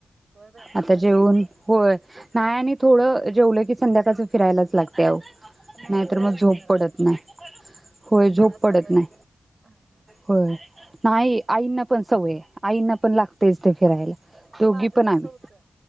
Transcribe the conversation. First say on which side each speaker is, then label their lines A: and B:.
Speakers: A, on the right; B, on the right.
A: होय बाई ना
B: आता
A: आताच
B: जेवन
A: जेवण झालं
B: होय. नाय आणि थोडं जेवलं की संध्याकाळच फिरायलाच लागतय आहो.
A: नाही
B: नाय
A: फिरायचं
B: तर मग झोप
A: जरा
B: पडत
A: असं
B: नाय होय
A: ते
B: झोप
A: तुला
B: पडत
A: सवय
B: नाय
A: लागल्या ह
B: होय नाही आईंना पण सवय आईंना पण लागतेच ते फिरायला. दोघी
A: माझं
B: पण
A: तस
B: आम्ही
A: होतं.